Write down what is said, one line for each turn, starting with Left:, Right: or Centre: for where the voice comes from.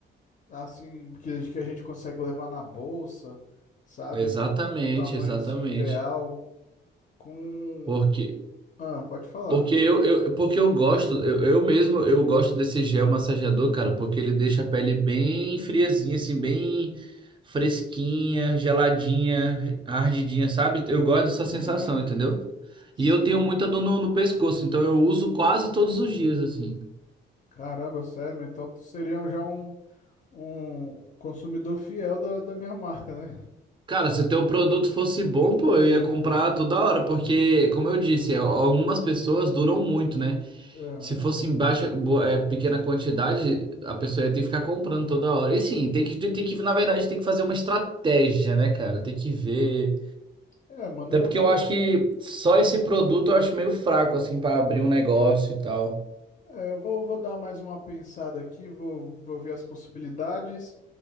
Left: assim que, que a gente consegue levar na bolsa, sabe?
Right: Exatamente,
Left: Do tamanho
Right: exatamente.
Left: assim ideal com
Right: Porque
Left: Ah, pode falar.
Right: Porque eu, eu, porque eu gosto, eu, eu mesmo, eu gosto desse gel massageador, cara, porque ele deixa a pele bem friazinha, assim, bem fresquinha, geladinha, ardidinha, sabe? Eu gosto dessa sensação,
Left: Sim,
Right: entendeu?
Left: sim.
Right: E eu tenho muita dor no, no pescoço, então eu uso quase todos os dias, assim.
Left: Caramba, sério, mas então tu seria um, já um, um consumidor fiel da, da minha marca, né?
Right: Cara, se o teu produto fosse bom, pô, eu ia comprar toda hora, porque, como eu disse, é, algumas pessoas duram muito, né?
Left: Aham.
Right: Se fosse em baixa, bo- é, pequena quantidade, a pessoa ia ter que ficar comprando toda hora. E sim, tem que, tem que, na verdade, tem que fazer uma estratégia, né, cara? Tem que ver.
Left: É, É, mano,
Right: Até
Left: eu,
Right: porque
Left: eu,
Right: eu acho que só esse produto eu acho meio fraco, assim, pra abrir um negócio e tal.
Left: é, eu vou, vou dar mais uma pensada aqui, vou, vou ver as possibilidades